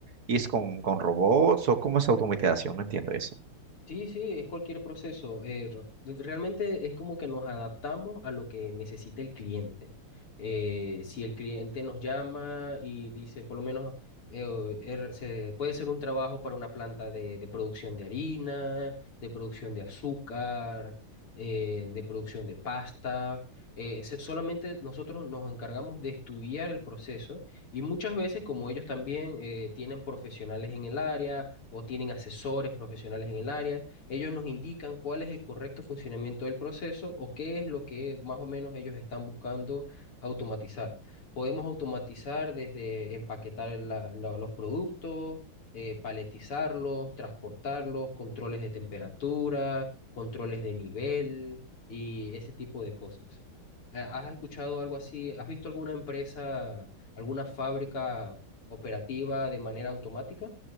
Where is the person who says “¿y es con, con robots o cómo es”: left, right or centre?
Right